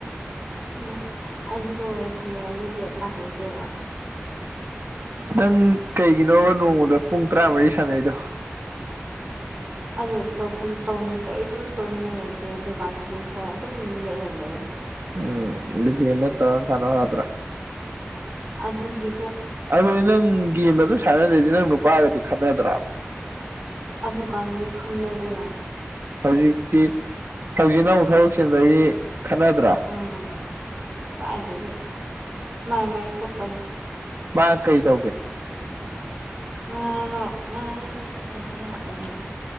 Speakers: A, on the right (about 40°); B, on the right (about 60°).
A: ꯎꯝ ꯑꯩꯗꯤꯒꯣ ꯁꯥꯟꯅꯔꯗꯤ ꯂꯦꯞꯄ ꯍꯩꯗꯦꯕ꯫
B: ꯅꯪ ꯀꯩꯒꯤꯅꯣꯕ ꯅꯣꯡꯃꯗ ꯄꯨꯡ ꯇꯔꯥꯃꯔꯤ ꯁꯥꯟꯅꯩꯗꯣ꯫
A: ꯑꯩꯗꯨ ꯇꯧꯐꯝ ꯇꯧꯅꯤ ꯀꯩꯗꯨ ꯇꯧꯅꯤꯡꯉꯥꯏ ꯂꯩꯇꯦ ꯑꯗꯨꯀꯥꯟꯗꯗꯤ ꯐꯣꯟ ꯑꯗꯨꯝ ꯃꯦꯠꯂ ꯂꯩ꯫
B: ꯎꯝ ꯗ ꯒꯦꯝ ꯅꯠꯇꯥ ꯁꯅ ꯌꯥꯗ꯭ꯔꯦ꯫
A: ꯑꯗꯨꯒꯤ
B: ꯑꯗꯨꯗꯤ ꯅꯪ ꯒꯦꯝ ꯑꯗꯨꯝ ꯁꯥꯟꯅ ꯂꯩꯗꯣ ꯅꯪ ꯅꯨꯄꯥꯒꯗꯤ ꯈꯠꯅꯗ꯭ꯔꯥ
A: ꯑꯗꯨꯀꯥꯟꯗꯅꯦ ꯈꯪꯅꯗ꯭ꯔꯤꯗ
B: ꯍꯧꯖꯤꯛꯇꯤ ꯍꯧꯖꯤꯛꯅ ꯑꯃꯨꯛ ꯊꯕꯛꯆꯤꯟꯕꯒꯤ ꯈꯠꯅꯗ꯭ꯔꯥ
A: ꯎꯝ ꯀꯥꯏꯗꯒꯤ ꯃꯥꯏ ꯃꯥꯏ ꯊꯣꯛꯄꯅꯤ
B: ꯃꯥ ꯀꯩ ꯇꯧꯒꯦ
A: ꯃꯥꯅ ꯃꯥ ꯑꯣꯖꯥ ꯑꯣꯏꯕ